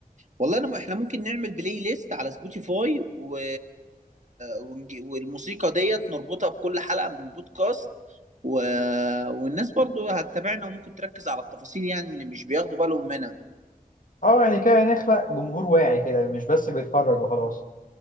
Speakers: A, on the right; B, on the left.
A: والله انا احنا ممكن نعمل بلاي ليست على سبوتيفاي و... ونج- والموسيقى ديت نربطها بكل حلقة من البودكاست و... والناس برضو هتتابعنا وممكن تركز على التفاصيل يعني اللي مش بياخدوا بالهم منها
B: اه يعني كده نخلق جمهور واعي كده مش بس بيتفرج وخلاص